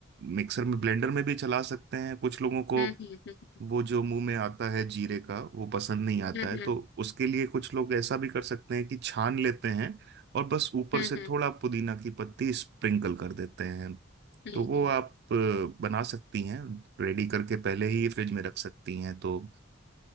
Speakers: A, on the right; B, on the left.
A: मिक्सर में ब्लेंडर में भी चला सकते हैं कुछ लोगों को
B: हम्म हम्म
A: वो जो मुंह में आता है जीरे का वो पसंद नहीं आता
B: हम्म
A: है
B: हम्म
A: तो उसके लिए कुछ लोग ऐसा भी कर सकते हैं कि छान लेते हैं और बस ऊपर
B: हम्म
A: से
B: हम्म
A: थोड़ा पुदीना की पत्ती स्प्रिंकल कर देते हैं
B: हम्म
A: तो वो
B: हम्म हम्म
A: आप
B: हम्म
A: अ, बना सकती हैं रेडी करके पहले ही फ्रिज में रख सकती हैं तो